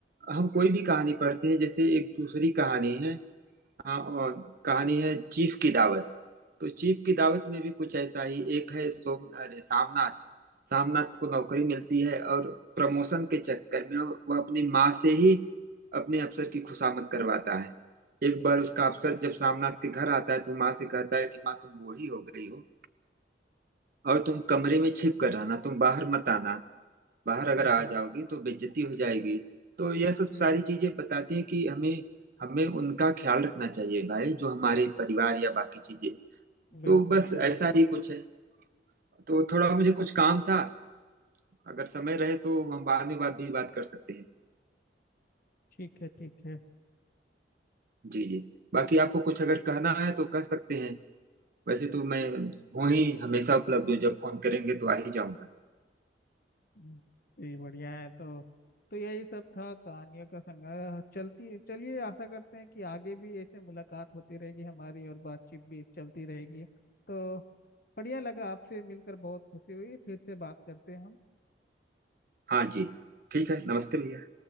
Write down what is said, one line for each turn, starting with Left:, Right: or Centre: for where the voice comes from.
Right: हम कोई भी कहानी पढ़ते हैं जैसे एक दूसरी कहानी है हाँ और कहानी है चीफ की दावत तो चीफ की दावत में भी कुछ ऐसा ही एक है सोम अरे सामनाथ सामनाथ को नौकरी मिलती है और प्रमोशन के चक्कर में वह अपनी माँ से ही अपने अफसर की खुशामद करवाता है एक बार उसका अफसर जब सामनाथ के घर आता है तो माँ से कहता है कि माँ तुम बूढ़ी हो गई हो और तुम कमरे में छिप कर रहना तुम बाहर मत आना बाहर अगर
Left: अच्छा
Right: आ जाओगे तो बेइज्जती हो जाएगी तो यह सब
Left: हम्म
Right: सारी चीजें बताती हैं कि हमें हमें उनका ख्याल रखना चाहिए भाई जो हमारे परिवार या बाकी चीजें तो
Left: बिल्कुल
Right: बस
Left: बिल्कुल
Right: ऐसा ही कुछ है तो थोड़ा मुझे कुछ काम था अगर समय रहे तो हम बाद में बात भी बात कर सकते हैं
Left: ठीक है ठीक है
Right: जी जी बाकी आपको कुछ अगर कहना है तो कह सकते हैं वैसे तो मैं हूँ ही हमेशा उपलब्ध हूँ जब फोन करेंगे तो आ ही जाऊंगा
Left: हम्म, जी बढ़िया है तो तो यही सब था कहानियों का संग्रह चलती है चलिए आशा करते हैं कि आगे भी ऐसे मुलाकात होती रहेगी हमारी और बातचीत भी चलती रहेगी तो बढ़िया लगा आपसे मिलकर बहुत खुशी हुई फिर से बात करते हैं हम
Right: हाँ जी ठीक है नमस्ते भैया